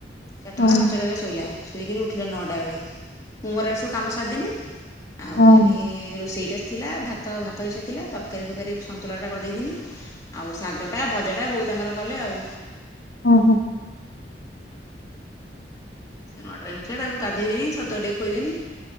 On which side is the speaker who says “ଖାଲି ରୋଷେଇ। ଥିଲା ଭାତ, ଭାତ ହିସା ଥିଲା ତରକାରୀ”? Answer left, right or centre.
Left